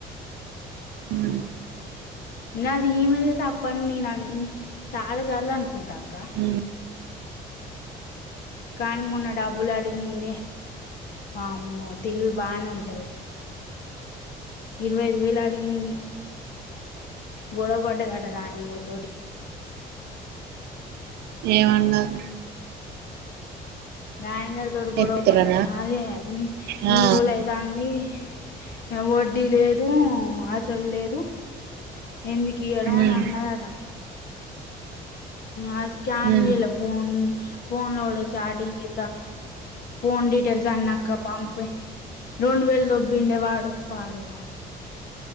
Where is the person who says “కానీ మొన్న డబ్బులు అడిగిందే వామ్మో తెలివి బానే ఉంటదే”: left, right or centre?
Left